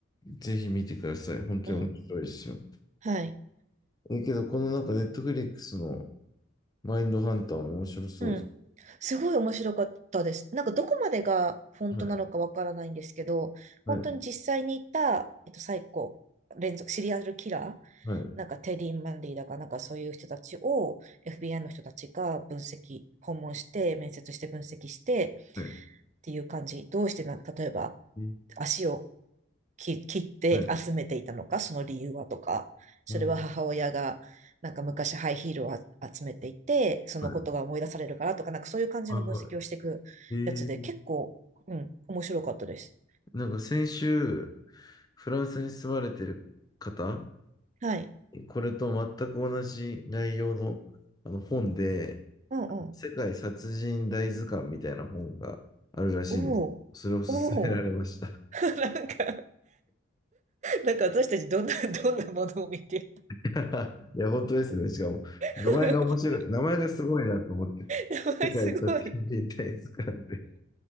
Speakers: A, on the left; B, on the right.
A: ぜひ見てください。本当に面白いですよ。
B: うん。はい。
A: え、けど、このなんか、ネットフリックスのマインドハンター面白そうです。
B: うん。すごい面白かったです。なんかどこまでが本当なのかわからないんですけど、
A: はい、はい、
B: 本当に実際にいた、えっと、サイコ、連続、シリアルキラー、
A: はい、
B: なんかテディ・マンディだかなんかそういう人たちを FBI の人たちが分析、訪問して、面接して分析して
A: はい。
B: っていう感じ。どうしてな、例えば
A: え
B: 足をき切って集めていたのか、
A: はい、
B: その理由はとか、それは母親がなんか昔ハイヒールをあ集めていて、
A: うん、
B: そのことが思い出されるからとか、
A: はい、
B: なんかそういう感じの分析をしていくやつで、
A: はいはい。えー、
B: 結構、うん、面白かったです。
A: なんか先週、フランスに住まれてる方、
B: はい。
A: これと全く同じ内容の、あの本で、
B: うんうん。
A: 世界殺人大図鑑みたいな本があるらしいんです。
B: おお。
A: それを勧められました。
B: おお、<laughs> なんか、なんか私たちどんな、どんなものを見て
A: <laughs> いや、本当ですね。しかも、
B: <laughs>
A: 名前が面白い。名前がすごいなと思って。
B: やばい、
A: 世界殺人大図鑑って
B: すごい。